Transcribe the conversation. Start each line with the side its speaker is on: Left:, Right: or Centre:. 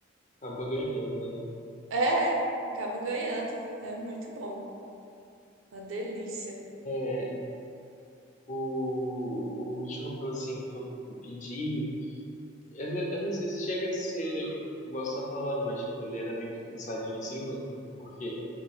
Left: acaba ganhando, né?
Right: É, é, acaba ganhando. É muito bom. Uma delícia.
Left: É, o, o último que eu, assim, que eu, eu pedi, eu, não- eu não sei se chega a ser igual você tá falando, mas tipo, ele era meio que pensadinho assim, porque,